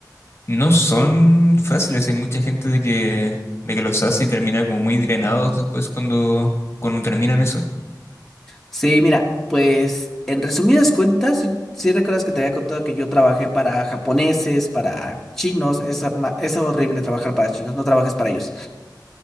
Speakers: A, on the left; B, in the centre.
A: no son fáciles. Hay mucha gente de que, de que los hace y termina como muy drenados después cuando, cuando terminan eso.
B: Sí, mira, pues en resumidas cuentas, si recuerdas que te había contado que yo trabajé para japoneses, para chinos, es, ama- es horrible trabajar para chinos, no trabajes para ellos.